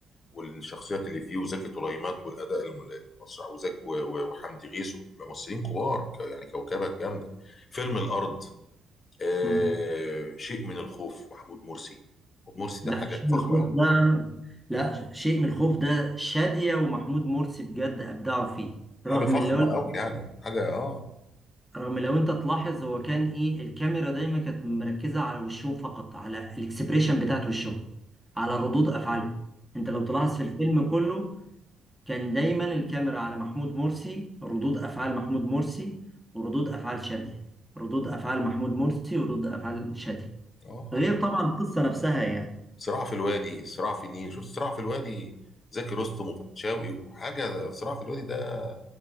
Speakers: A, on the left (about 45°); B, in the centre.
A: والشخصيات اللي فيه وزكي طليمات والاداء المسرحي وزكي و- و- وحمدي غيث ممثلين كبار ك- يعني كوكبه جامده فيلم الارض آه
B: مم.
A: شيء من الخوف محمود مرسي محمود مرسي
B: لا
A: ده حاجه
B: شيء
A: فخمه
B: من الخوف
A: قوي
B: ده لا شيء من الخوف ده شادية ومحمود مرسي بجد أبدعوا فيه
A: حاجه
B: رغم
A: فخمه
B: لو
A: قوي يعني حاجه اه
B: رغم لو أنت تلاحظ هو كان إيه الكاميرا دايما كانت مركزة على وشهم فقط على الإكسبريشن بتاعت وشهم على ردود أفعالهم أنت لو تلاحظ في الفيلم كله كان دايما الكاميرا على محمود مرسي ردود أفعال محمود مرسي وردود أفعال شادية ردود أفعال محمود مرسي وردود أفعال شادية
A: اه اه
B: غير طبعا القصة نفسها يعني
A: صراع في الوادي صراع في النيل شوف صراع في الوادي زكي رستم وفتشاوي وحاجه صراع في الوادي ده